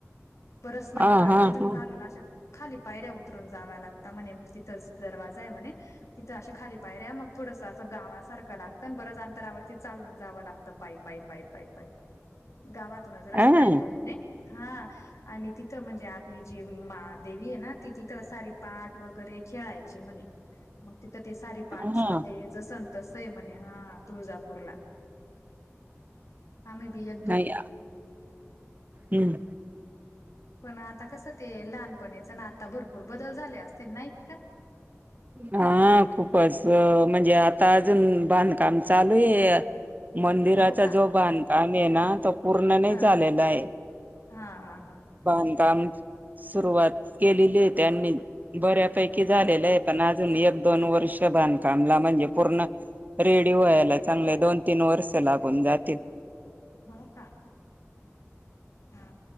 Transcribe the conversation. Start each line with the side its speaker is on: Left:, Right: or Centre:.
Left: बरस म्हणजे
Right: हा हा
Left: तिथून
Right: हा
Left: खालो ना अशा. खाली पायऱ्या उतरून जाव्या लागत म्हणे तिथंच दरवाजा आहे म्हणे. तिथं अशे खाली पाय रे मग थोडसं असं गावासारखं लागतं बरच अंतरावरती चालून जावं लागतं पाईप वाईप. पाय पाय पाय पाय गावातूनच रस्ता
Right: हा
Left: आहे तो म्हणे हा. आणि तिथं म्हणजे आपली जी मा देवी आहे ना ती तिथं सारी पाठ वगैरे खेळायची म्हणे. मग तिथं ते सार पाठच
Right: हा
Left: ते. जस तस म्हणे हा तुळजापूरला आम्ही बिया.
Right: नाही हम्म.
Left: पण आता कसं ते लहानपणीच ना आता भरपूर बदल झाले असतील ना का.
Right: हा खूपच म्हणजे आता अजून बांधकाम चालू आहे. मंदिराचा
Left: हो का
Right: जो बांधकाम आहे ना तो पूर्ण नाही
Left: हा
Right: झालेला आहे.
Left: हा हा हा.
Right: बांधकाम सुरुवात केलेली आहे त्यांनी बऱ्यापैकी
Left: हो
Right: झालेले
Left: का
Right: आहे. पण अजून एक दोन वर्ष बांधकामला म्हणजे पूर्ण. रेडी व्हायला चांगले दोन तीन वर्ष लागून जातील.
Left: हो का. ह.